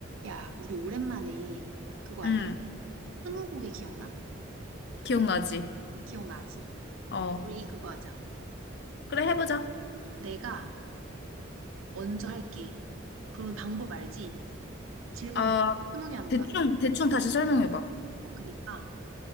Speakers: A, on the right; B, on the left.
A: 야, 우리 오랜만에 그거 할래?
B: 응,
A: 스무고개 기억나?
B: 기억나지?
A: 기억나지?
B: 어.
A: 우리 그거 하자.
B: 그래, 해보자.
A: 내가 먼저 할게. 그러면 방법 알지? 질문
B: 아,
A: 스무 개 하는
B: 대충,
A: 거야.
B: 대충 다시 설명해봐.
A: 어, 그니까